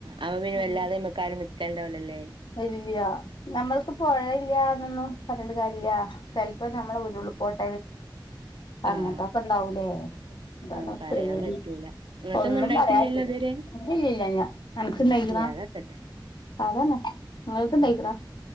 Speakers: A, on the right; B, on the left.
A: അപ്പ പിന്നെ
B: ഉം
A: വല്ലാതെ അയ്മെക് ആരും നിക്കണ്ടാവില്ലല്ലേ.
B: <unintelligible> നമ്മൾക്ക് പൊഴ ല്ലന്നൊന്നും പറഞ്ഞിട്ട് കാര്ല്ല ചിലപ്പോ നമ്മള് ഉരുൾപൊട്ട അങ്ങനത്തൊക്കെ
A: ആഹ്
B: ഉണ്ടാവൂലേ അതാണ്
A: ആഹ് പറയാൻ
B: പേടി
A: പറ്റൂല ഇങ്ങത്തൊന്നും
B: ഒന്നും
A: ഉണ്ടായിട്ടില്ലല്ലോ
B: പറയാറ്റില്ല
A: ഇതുവരെ
B: ഇല്ലില്ലല്ല അനക്ക്
A: ഉം
B: നെയ്റാം.
A: <unintelligible>
B: അതന്നെ ഇണ്ടായിക്കണോ
A: എ